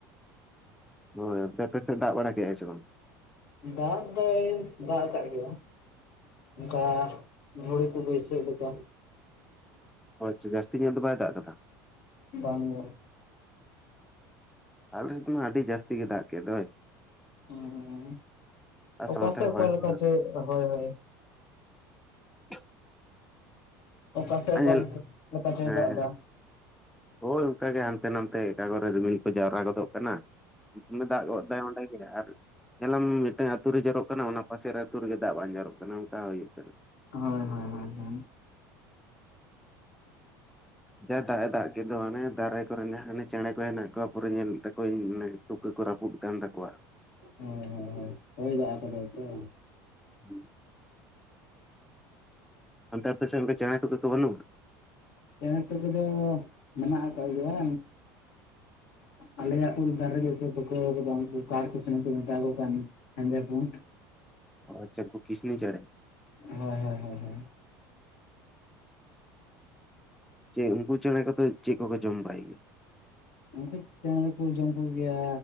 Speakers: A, in the centre; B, on the left (about 80°).
A: ᱦᱳᱭ ᱟᱯᱮ ᱟᱯᱮ ᱥᱮᱫ ᱫᱟᱜ ᱵᱟᱲᱟ ᱠᱮᱭᱟ ᱥᱮ ᱵᱟᱝ?
B: ᱫᱟᱜ ᱫᱚᱭ ᱫᱟᱜ ᱟᱠᱟᱫ ᱜᱮᱭᱟ ᱾ ᱚᱱᱠᱟ ᱫᱷᱩᱲᱤ ᱠᱚ ᱵᱟᱹᱭᱥᱟᱹᱜ ᱞᱮᱠᱟ ᱾
A: ᱟᱪᱪᱷᱟ ᱡᱟᱹᱥᱛᱤ ᱧᱚᱜ ᱫᱚ ᱵᱟᱭ ᱫᱟᱜ ᱠᱟᱫᱟ?
B: ᱵᱟᱝ ᱜᱮ
A: ᱟᱞᱮ ᱥᱮᱫ ᱫᱚ ᱢᱟ ᱟᱹᱰᱤ ᱡᱟᱹᱥᱛᱤ ᱜᱮ ᱫᱟᱜ ᱜᱮᱫ ᱫᱚᱭ᱾
B: ᱩᱸ
A: ᱟᱨ
B: ᱚᱠᱟ
A: ᱥᱟᱶᱛᱮ
B: ᱥᱮᱫ ᱚᱠᱟ
A: ᱦᱚᱭ
B: ᱞᱮᱠᱟ
A: ᱦᱚᱸ
B: ᱪᱮᱫ, ᱦᱳᱭ ᱦᱳᱭ
A: <inaudible>
B: ᱚᱠᱟ ᱥᱮᱫ
A: ᱟ
B: ᱚᱠᱟ
A: ᱧᱮᱞ
B: ᱞᱮᱠᱟ ᱪᱚᱭ
A: ᱦᱮᱸ
B: ᱫᱟᱜ
A: ᱦᱮᱸ
B: ᱮᱫᱟ
A: ᱦᱳᱭ ᱚᱱᱠᱟ ᱜᱮ ᱦᱟᱱᱛᱮ ᱱᱟᱱᱛᱮ ᱚᱠᱟ ᱠᱚᱨᱮ ᱨᱤᱢᱤᱞ ᱠᱚ ᱡᱟᱣᱨᱟ ᱜᱚᱫᱚᱜ ᱠᱟᱱᱟ᱾ ᱫᱚᱢᱮ ᱫᱟᱜ ᱜᱚᱫ ᱫᱟᱭ ᱚᱸᱰᱮ ᱜᱮ, ᱟᱨ ᱧᱮᱞᱟᱢ ᱢᱤᱫᱴᱟᱝ ᱟᱹᱛᱩ ᱨᱮ ᱡᱚᱨᱚᱜ ᱠᱟᱱᱟ ᱚᱱᱟ ᱯᱟᱥᱮᱨᱮ ᱟᱹᱛᱩ ᱨᱮᱜᱮ ᱫᱟᱜ ᱵᱟᱝ ᱡᱟᱨᱚᱜ ᱠᱟᱱᱟ ᱚᱱᱠᱟ ᱦᱩᱭᱩᱜ ᱠᱟᱱᱟ᱾
B: ᱦᱳᱭ ᱦᱳᱭ ᱦᱳᱭ ᱦᱳᱭ᱾
A: ᱡᱟ ᱫᱟᱜ ᱮ ᱫᱟᱜ ᱠᱮᱜ ᱫᱚ ᱦᱟᱱᱮ ᱫᱟᱨᱮ ᱠᱚᱨᱮᱱ ᱦᱟᱱᱮ ᱪᱮᱬᱮ ᱠᱚ ᱦᱮᱱᱟᱜ ᱠᱚᱣᱟ ᱯᱩᱨᱟᱹ ᱧᱮᱞ ᱛᱟᱠᱚᱣᱟᱧ ᱢᱟᱱᱮ ᱛᱩᱠᱟᱹ ᱠᱚ ᱨᱟᱹᱯᱩᱫ ᱠᱟᱱ ᱛᱟᱠᱚᱣᱟ᱾
B: ᱦᱩᱸᱧ ᱦᱩᱸ ᱦᱩᱸ, ᱦᱳᱭ ᱫᱟᱜ ᱟᱠᱟᱫᱟᱭ ᱛᱚ᱾
A: <inaudible> ᱚᱱᱛᱮ ᱟᱯᱮ ᱥᱮᱫ ᱚᱱᱠᱟ ᱪᱮᱬᱮ ᱛᱩᱠᱟᱹ ᱠᱚ ᱵᱟᱹᱱᱩᱜ-ᱟ?
B: ᱪᱮᱬᱮ ᱛᱩᱠᱟᱹ ᱫᱚ ᱢᱮᱱᱟᱜ ᱟᱠᱟᱜ ᱜᱮᱭᱟ᱾ ᱟᱞᱮᱭᱟᱜ ᱩᱞ ᱫᱟᱨᱮ ᱨᱮᱜᱮ ᱠᱚ ᱛᱩᱠᱟᱹ ᱠᱟᱫᱟ ᱩᱱᱠᱩ ᱠᱟᱨ ᱠᱤᱥᱱᱤ ᱠᱚ ᱢᱮᱛᱟ ᱠᱚ ᱠᱟᱱ᱾ ᱦᱮᱸᱫᱮ ᱯᱩᱱᱰ᱾
A: ᱚ ᱟᱪᱪᱷᱟ ᱩᱱᱠᱩ ᱠᱤᱥᱱᱤ ᱪᱮᱬᱮ?
B: ᱦᱳᱭ ᱦᱳᱭ ᱦᱳᱭ ᱦᱳᱭ᱾
A: ᱪᱮᱫ ᱩᱱᱠᱩ ᱪᱮᱬᱮ ᱠᱚᱫᱚ ᱪᱮᱫ ᱠᱚᱠᱚ ᱡᱚᱢ ᱵᱟᱲᱟᱭ ᱜᱮᱭᱟ?
B: ᱩᱱᱠᱩ ᱪᱮᱬᱮ ᱫᱚᱠᱚ ᱡᱚᱢ ᱠᱚᱜᱮᱭᱟ